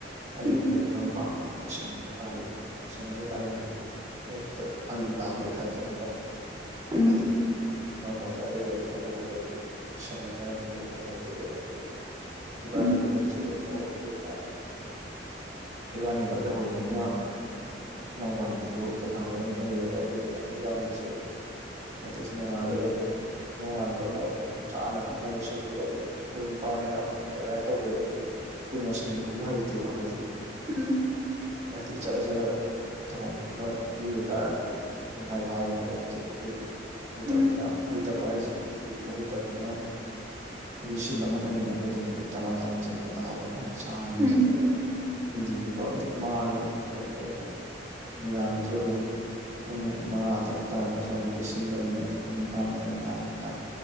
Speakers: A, on the right; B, on the right.
A: ꯑꯩꯒ
B: ꯎꯝ
A: ꯏꯅꯥꯎ ꯄꯥꯝꯕꯅ ꯁꯤꯟꯅꯕ ꯇꯥꯏ ꯁꯤꯟꯅꯕ ꯇꯥꯏ ꯍꯥꯏꯗꯤ ꯍꯠꯇ ꯑ ꯇꯥꯕꯩ ꯆꯠ ꯆꯠꯇꯕꯣ
B: ꯎꯝ
A: ꯍꯥꯏ ꯂ ꯄ ꯑꯩ ꯑꯗꯨꯅꯔꯦ ꯍꯜꯔꯦꯗꯤ ꯁ ꯉꯅꯤꯕꯣꯍ ꯏꯕꯥꯅꯤ
B: ꯎꯝ
A: ꯂꯩꯦꯈꯕꯤꯁ ꯑꯣꯏꯅ ꯏꯕꯥꯅꯤꯈꯥꯛ ꯂꯩꯍꯧꯕꯅꯤꯅ ꯅ ꯄꯗꯨ ꯄꯩꯁꯥꯅ ꯑꯣꯏ ꯏꯕꯥꯁꯦ ꯅꯣꯇꯤꯁ ꯅꯣꯡꯉꯂꯦ ꯅꯣꯡꯅꯕꯒ ꯑꯗꯨ ꯆꯥꯅ ꯊꯛꯅꯕ ꯁꯤꯟꯕꯗꯣ ꯑꯗꯨꯝ ꯑꯩꯈꯣꯏ ꯅꯨꯄꯥꯅꯤꯅ ꯑꯃꯨꯛ ꯑꯗꯨꯃꯥꯏꯅ ꯇꯧꯕꯗꯣ ꯊꯅ ꯁꯤꯕ ꯍꯥꯏꯍꯤꯦ ꯄ ꯍꯥꯏꯦ
B: ꯎꯝ
A: ꯍꯥꯏꯗꯤ ꯆꯠꯔ ꯆꯠꯔ ꯊꯍꯉꯕ ꯅꯨꯄꯤ ꯑꯣꯏꯇꯥꯔꯒꯗꯤ ꯄꯨꯡꯈꯥꯏ ꯐꯥꯔꯣꯏꯗꯕ ꯑꯗꯨꯣ ꯑꯩꯈꯣꯏꯗꯤ ꯍꯩꯇꯕꯅꯤꯅ
B: ꯎꯝ
A: ꯍꯩꯇꯕ ꯍꯥꯏꯁꯦ ꯊꯨꯕꯗꯣ ꯍꯩ ꯆ ꯆꯅꯤꯅ ꯑꯗꯨꯣꯏ ꯁꯤꯕ ꯍꯣꯠꯅꯔꯤꯉꯩꯗ ꯑꯗꯨꯝ ꯄꯨꯡ ꯇꯔꯥ ꯇꯔꯥꯃꯊꯦꯛꯇ ꯇꯥꯕ ꯑꯗꯨ ꯁꯥꯔꯝꯃꯦ
B: ꯎꯝ
A: ꯑꯗꯨꯒ ꯍꯟꯖꯤꯟ ꯆꯨꯞꯄ ꯑꯗꯨꯝ ꯃꯥꯡꯉꯦ ꯑꯗꯨꯒ ꯃꯤꯗꯥꯥꯡꯁꯨ ꯑꯗꯨꯝ ꯄꯨꯡ ꯃꯉꯥ ꯇꯔꯨꯛ ꯇꯥꯔꯛꯄ ꯁ꯭ꯋꯥꯏꯁꯤꯗꯗꯒꯤ ꯁꯤꯟꯕꯅꯤ ꯑꯗꯨ ꯄꯨꯡ ꯅꯤꯄꯥꯟ ꯑꯗꯨꯋꯥꯏ ꯃꯌꯥ ꯑꯗꯨꯝ ꯇꯥꯏ